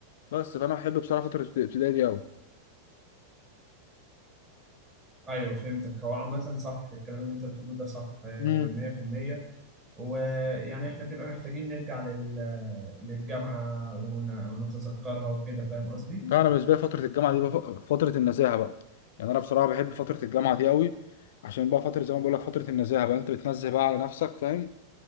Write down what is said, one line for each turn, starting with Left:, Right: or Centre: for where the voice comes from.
Left: بس فانا بحب بصراحه فتره الابتدائي دي قوي
Right: ايوه فهمتك هو عامة صح الكلام اللي انت بتقوله ده صح آه،
Left: امم
Right: 100% ويعني احنا بنبقى محتاجين نرجع لل... للجامعة ون... ونتذكرها وكده فاهم قصدي؟
Left: طبعا انا بالنسبه لي فتره الجامعه دي بف- فتره النزاهه بقى يعني انا بصراحه بحب فتره الجامعه دي قوي عشان بقى فتره زي ما بقول لك فتره النزاهه بقى انت بتنزه بقى على نفسك فاهم